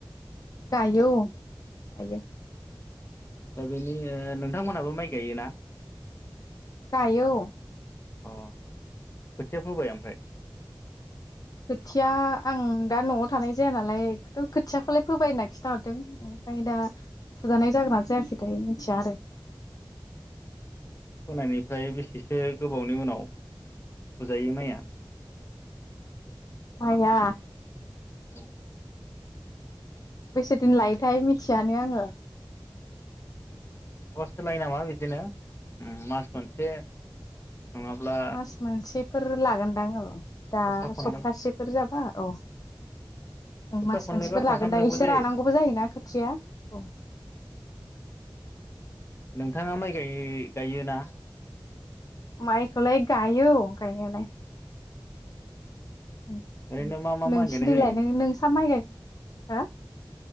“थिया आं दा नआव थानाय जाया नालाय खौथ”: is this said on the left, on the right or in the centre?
Left